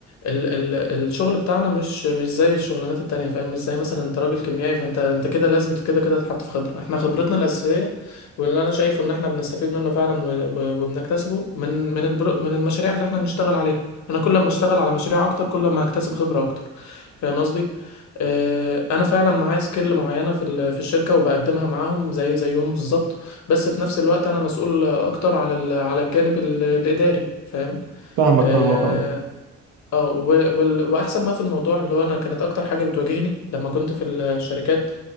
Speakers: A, on the left; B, on the right.
A: ال ال الشغل بتاعنا مش مش زي الشغلانات التانية فاهم مش زي مثلا انت راجل كيميائي فانت انت كده لازم كده كده تتحط في خبرة احنا خبرتنا الأساسية واللي انا شايفه ان احنا بنستفيد منه فعلا و- و- وبنكتسبه من من البرو من المشاريع اللي احنا بنشتغل عليها انا كل ما اشتغل على مشاريع اكتر كل ما هكتسب خبرة اكتر فاهم قصدي آه، انا فعلا معايا سكيل معينه في ال- في الشركه وبقدمها معاهم زي زيهم بالظبط بس في نفس الوقت انا مسؤول اكتر على ال- على الجانب ال- الاداري فاهم
B: فاهمك
A: اه
B: فاهمك أوي.
A: آه، وال- وال- واحسن ما في الموضوع اللي هو انا كانت اكتر حاجه بتواجهني لما كنت في الشركات